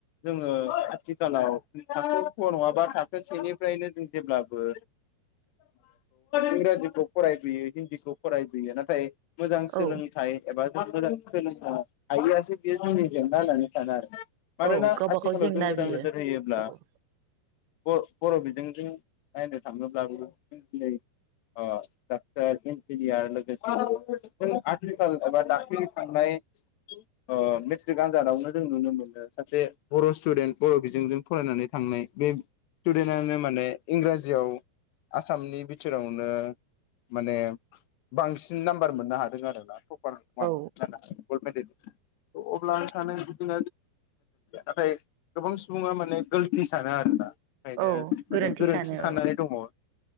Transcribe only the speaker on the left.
जोङो आथिखालाव थाखो क नङाबा थाखो सेनिफ्रायनो जों जेब्लाबो इंराजिखौ फरायबोयो हिन्दीखौ फरायबोयो नाथाय मोजां सोलोंथाइ
एबा <inaudible> <unintelligible> मानोना
आथिखालाव
जों मोजां
नोजोर होयोब्ला
बर' बर' बिजोंजों नायनो थाङोब्लाबो जों दिनै ओ डाक्टर, इन्जिनियार लोगोसे जों आथिखाल एबा दाखालै थांनाय ओ मेट्रिक आनजादावनो जों नुनो मोनो सासे बर' स्टुडेन्ट बर' बिजोंजों फरायनानै थांनाय बे स्टुडेन्टानो माने इंराजियाव आसामनि बिथोरावनो माने बांसिन नाम्बार मोननो हादों आरोना। <unintelligible> गल्ड
मेडेलिस्ट अब्ला आं सानो <unintelligible> नाथाय गोबां सुबुङा माने गोलति सानो आरोना। ओंखायनो
माने गोरोन्थि
साननानै
दङ।